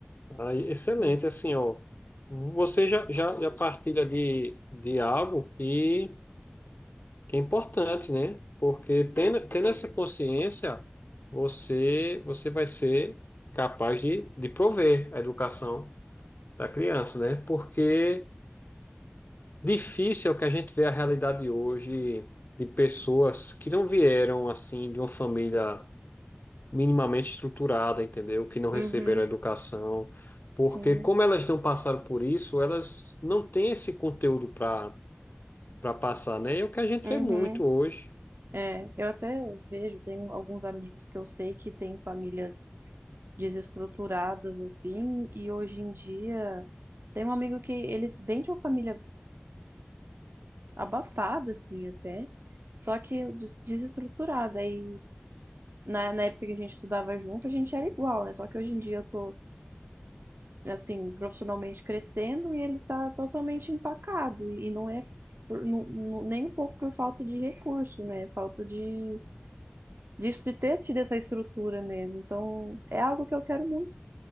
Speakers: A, on the left (about 55°); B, on the right (about 70°).
A: Ah, excelente,
B: Mas,
A: assim, ó. Você já, já, já partilha de, de algo que, que é importante, né? Porque tendo, tendo essa consciência, você, você vai ser capaz de, de prover a educação da criança, né? Porque difícil é o que a gente vê a realidade hoje de pessoas que não vieram, assim, de uma família. minimamente estruturada, entendeu? Que não receberam
B: uhum,
A: educação, porque
B: sim,
A: como elas não passaram por isso, elas não têm esse conteúdo para para passar, né? é o que a gente
B: uhum.
A: vê muito hoje.
B: É, eu até vejo, tenho alguns amigos que eu sei que têm famílias desestruturadas, assim. E hoje em dia... Tem um amigo que ele vem de uma família abastada, assim, até. Só que des- desestruturada. Aí, na, na época que a gente estudava junto, a gente era igual, né? Só que hoje em dia eu tô, assim, profissionalmente crescendo e ele tá totalmente empacado. E não é por- não- não- nem um pouco por falta de recurso, né? Falta de, disso, de ter tido essa estrutura mesmo. Então, é algo que eu quero muito